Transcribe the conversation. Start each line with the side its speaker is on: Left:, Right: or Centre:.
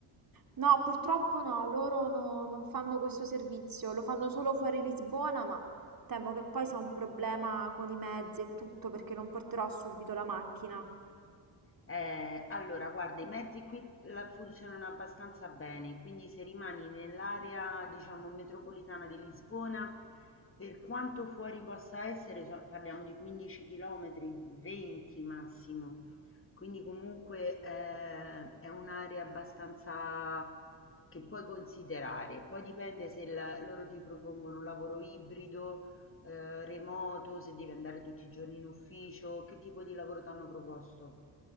Right: No, purtroppo no, loro no- non fanno questo servizio, lo fanno solo fuori Lisbona, ma temo che poi sia un problema con i mezzi e tutto perché non porterò subito la macchina.
Left: Eh, allora, guarda, i mezzi qui la- funzionano abbastanza bene, quindi se rimani nell'area, diciamo, metropolitana di Lisbona, per quanto fuori possa essere, so- parliamo di 15 km, 20 massimo, quindi comunque eh, è un'area abbastanza che puoi considerare. Poi dipende se la- loro ti propongono un lavoro ibrido, eh, remoto, se devi andare tutti i giorni in ufficio, che tipo di lavoro ti hanno proposto.